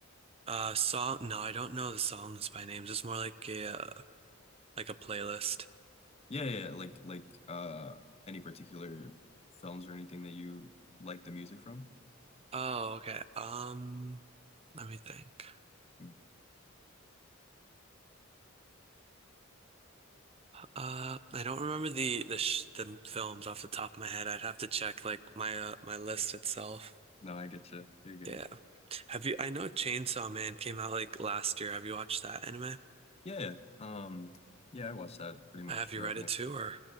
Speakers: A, on the right (about 30°); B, on the left (about 30°).
A: uh, song, no, I don't know the songs by names. It's more like a, uh, like a playlist.
B: Yeah, yeah, yeah, like like uh, any particular films or anything that you like the music from?
A: Oh, okay. Um, let me think.
B: Mm.
A: Uh, I don't remember the the sh the films off the top of my head. I'd have to check like my uh, my list itself.
B: No, I get you. You're good.
A: Yeah. Have you? I know Chainsaw Man came out like last year. Have you watched that anime?
B: Yeah, um, yeah, I watched that pretty much
A: Have you
B: right
A: read
B: when
A: it
B: it.
A: too, or